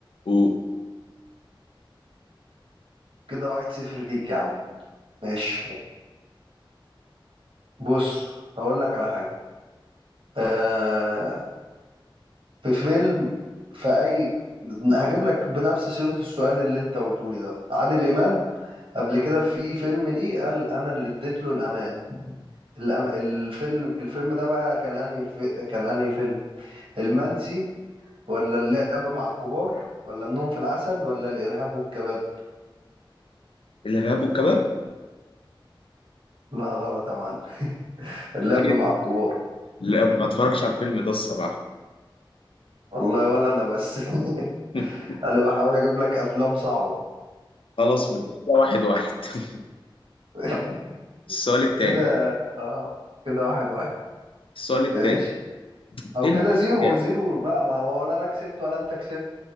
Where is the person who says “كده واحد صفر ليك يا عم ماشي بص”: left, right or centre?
Right